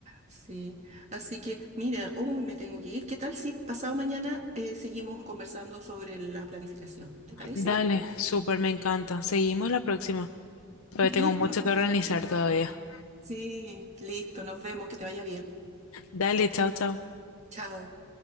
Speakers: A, on the right; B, on the left.
A: Sí, así que mira, hoy me tengo que ir. ¿Qué tal si pasado mañana eh, seguimos conversando sobre la planificación?
B: <laughs>
A: ¿Te parece?
B: Dale, súper, me encanta. Seguimos la próxima. Todavía
A: Listo,
B: tengo mucho
A: nos
B: que organizar
A: vemos.
B: todavía.
A: Sí, listo, nos vemos, que te vaya bien.
B: Dale, chao, chao.
A: Chao.